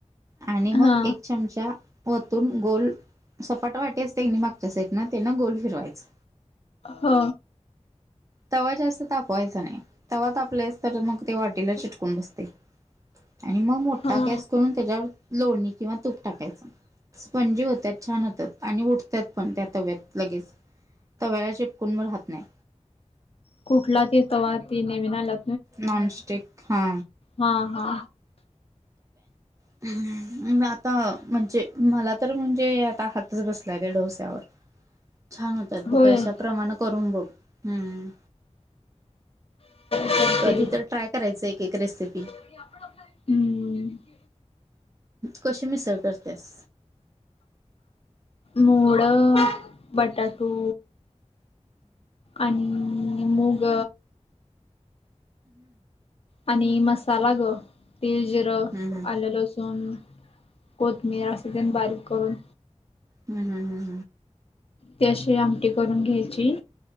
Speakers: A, on the right; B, on the left.
A: आणि मग
B: हा
A: एक चमचा वतून गोल सपाट वाटी असत्या कणी मागच्या साईड ना त्यांना गोल फिरवायच.
B: हो
A: तवा जास्त तापवायचा नाही. तवा तापल्यास तर मग ते वाटीला चिटकून बसते. आणि मग मोठा
B: हा
A: गॅस करून त्याच्यावर लोणी किंवा तूप टाकायचं. स्पंजी होतात छान होतात आणि उठतात पण त्या तव्यात लगेच. तव्याला चिपकून व राहत नाही.
B: कुठला ते? तवा ती नवीन आल्यात.
A: नॉनस्टिक हा.
B: हा हा.
A: <unintelligible> आता म्हणजे मला तर म्हणजे आता हातच बसलाय त्या डोस्यावर. छान होतात बघ
B: होय
A: अशाप्रमाणे करून बघ. हम्म.
B: करते
A: कधी तर ट्राय करायचं एक एक रेसिपी.
B: हम्म.
A: कशी मिसळ करतेस?
B: मोड, बटाटू आणि मूग आणि मसाला ग. तेल, जिरं,
A: हम्म
B: आलं, लसूण, कोथमीिर असं तेन बारीक करून.
A: हम हम हम.
B: ते अशी आमटी करून घ्यायची.